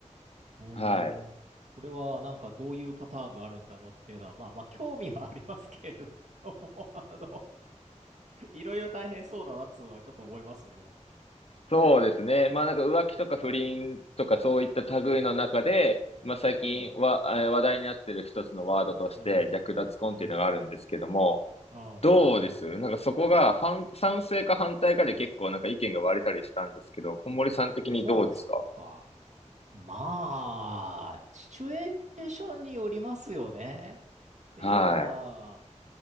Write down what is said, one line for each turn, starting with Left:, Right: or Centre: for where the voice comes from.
Right: おー。
Left: はい。
Right: それは、なんか、どういうパターンがあるんだろうっていうのは、まあまあ、興味はありますけれども、<laughs> あの、いろいろ大変そうだなっつうのはちょっと思いますよね。
Left: そうですね。まあなんか浮気とか不倫とかそういった類の中で、
Right: え
Left: まあ最近は、
Right: ー、え
Left: えー話題になってる一つのワードとして略奪婚っていうのがあるんですけども、
Right: ー、うん、うん、うん、
Left: どうですなんかそこが反、
Right: うん。
Left: 賛成か反対かで結構なんか意見が割れたりしたんですけど、小森さん的にどうですか
Right: あ、そうなんですか。まあ、シチュエーションによりますよね。っていうのは、
Left: は